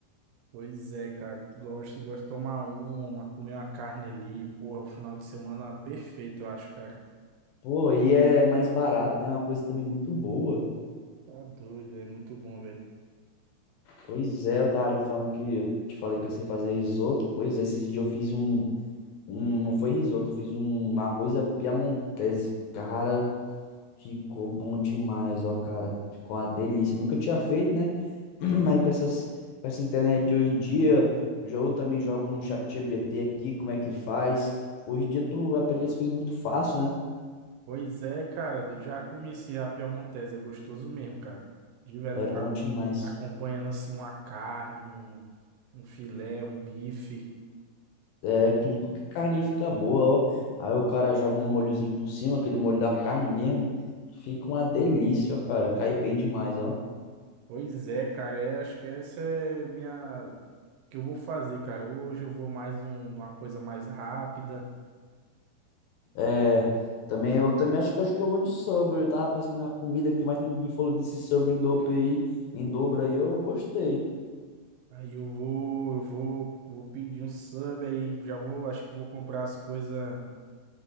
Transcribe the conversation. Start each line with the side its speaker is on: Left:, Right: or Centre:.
Right: Pois é, cara. Gosto, gosto de tomar uma, comer uma carne ali. Porra, o final de semana é perfeito, eu acho, cara.
Left: Pô, e é mais barato, né? É Uma coisa também muito boa.
Right: Tá doido, é muito bom, velho.
Left: Pois é, eu tava ali falando que eu te falei que eu sei fazer risoto. Pois é, esses dias eu fiz um, um, não foi risoto, eu fiz um arroz à piamontese. Cara, Ficou bom demais, ó, cara. Ficou uma delícia. Nunca tinha feito, né? <clears throat> Mas com essas, com essa internet de hoje em dia, jo- eu também jogo no chat GBT aqui, como é que faz. Hoje em dia tu aprende as coisas muito fácil, né?
Right: Pois é, cara, eu já comecei a piemontese, é gostoso mesmo, cara. De verdade,
Left: É bom
Right: a-
Left: demais.
Right: acompanhando assim uma carne, um, um filé, um bife.
Left: É, com qualquer carne fica boa, ó. Aí o cara joga um molhozinho por cima, aquele molho da carne mesmo. Fica uma delícia, ó, cara. Cai bem demais, ó.
Right: Pois é, cara, é, acho que essa é minha que eu vou fazer, cara. Hoje eu vou mais um- uma coisa mais rápida.
Left: É, também eu também acho que acho que eu vou de sobre. Eu tava pensando na comida aqui, mas tu me falou desse sobre em dobro aí, em dobro aí, eu gostei.
Right: Aí eu vou, eu vou, vou pedir um sub aí, já vou, acho que vou comprar as coisas,